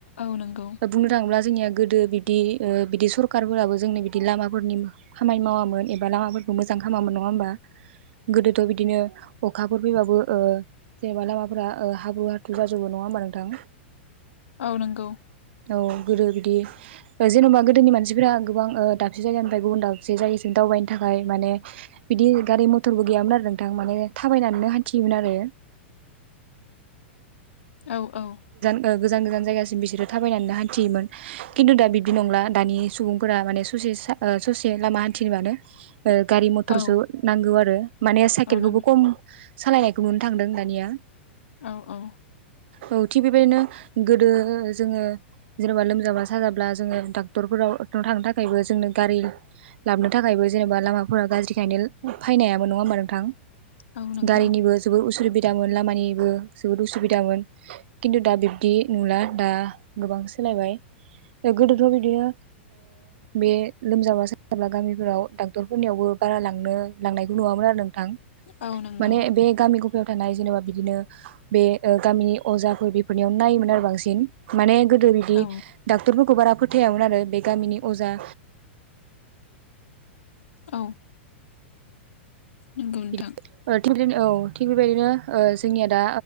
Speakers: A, on the left; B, on the right.
A: औ नंगौ
B: बुंनो थाङोब्ला जोंनिया गोदो बिबदि बिदि सरखारफोराबो जोंनो बिदि लामाफोरनि खामानि मावामोन एबा लामाफोर मोजां खालामामोन नङा होमबा गोदोथ' बिदिनो अखाफोर फैबाबो जेनेबा लामाफोरा्रा हाब्रु हाथ्रु जाजोबो नङा होमबा नोंथां
A: औ नंगौ
B: औ गोदो बिदि जेन'बा गोदोनि मानसिफोरा गोबां दाबसे जायगानिफ्राय गुबुन दाबसे जायगासिम दावबायनो थाखाय माने बिदि गारि मथरबो गैयामोन आरो नोंथां माने थाबायनानैनो हान्थियोमोन आरो
A: औ औ
B: गोजान गोजान जायगासिम बिसोरो थाबायनानै हान्थियोन खिन्थु दा बिब्दि नंला दानि सुबुंफोरा माने ससे लामा हान्थिनोबानो गारि मथरसो
A: औ
B: नांगौ आरो माने साइकेलखौबो
A: औ नों
B: खम सालायनायखौ मोननो थांदों दानिया
A: औ औ
B: औ थिग बेबायदिनो गोदो जोङो जेनेबा लोमजाबा साजाब्ला जोङो डाक्टरफोराव थांनो थाखायबो जोंनो गारि लाबोनो थाखायबो जेनेबा लामाफोरा गाज्रिखायनो फायनो हायामोन नङा होमबा नोंथां
A: औ नंगौ
B: गारिनिबो जोबोद उसुबिदामोन लामानिबो जोबोद उसुबिदामोन खिन्थु दा बिब्दि नुला दा गोबां सोलायबाय गोदोथ' बिदिनो बे लोमजाब्ला साजाब्ला गामिफोराव डाक्टरफोरनियावबो बारा लांनो लांनायखौ नुआमोन आरो नों थां
A: औ नंगौ
B: माने बे गामि गफायाव थानाय जेनेबा बिदिनो बे गामिनि अजाफोर बेफोरनियाव नायोमोन आरो बांसिन माने गोदो बिदि
A: औ
B: डाक्टर बारा फोथायामोन आरो बे गामिनि अजा
A: औ नंगौ नोंथां
B: बिदि <unintelligible> औ थिग बेबायदिनो जोंनिया दा